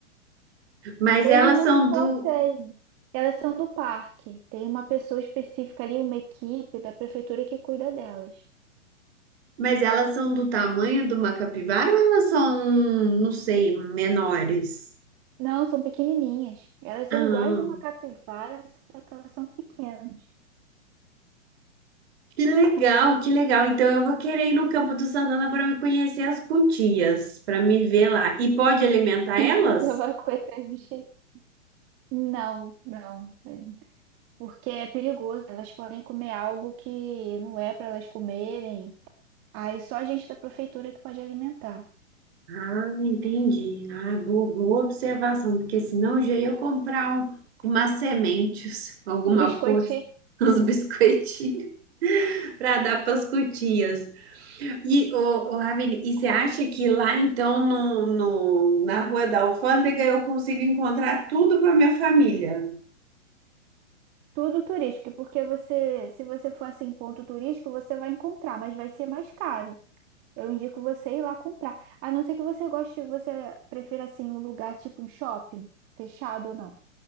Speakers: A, on the right (about 55°); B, on the right (about 35°).
A: Mas
B: Hoje
A: elas
B: não
A: são
B: só
A: do,
B: tem, elas são do parque. Tem uma pessoa específica ali, uma equipe da prefeitura que cuida delas.
A: mas elas são do tamanho de uma capivara ou elas são, não sei, menores?
B: Não, são pequenininhas. Elas
A: Ah,
B: são iguais a uma capivara, só que elas são pequenas.
A: que legal, que legal. Então eu vou querer ir no Campo do Santana para me conhecer as cutias, para me ver lá. E pode alimentar elas?
B: <laughs> Então vai coitar de bicho. Não, não. porque é perigoso. Elas podem comer algo que não é para elas comerem. Aí só a gente da prefeitura que pode alimentar.
A: Ah, entendi. Ah, boa, boa observação, porque senão já ia comprar um, umas sementes, alguma
B: Um biscoitinho,
A: coisa, <laughs> uns biscoitinhos para dar para as cutias. E, ô, ô, Ravine, e você acha que lá então no, no- na Rua da Alfândega eu consigo encontrar tudo para minha família?
B: tudo turístico, porque você, se você for assim em ponto turístico, você vai encontrar, mas vai ser mais caro. Eu indico você ir lá comprar. A não ser que você goste, você prefira assim um lugar tipo um shopping, fechado ou não.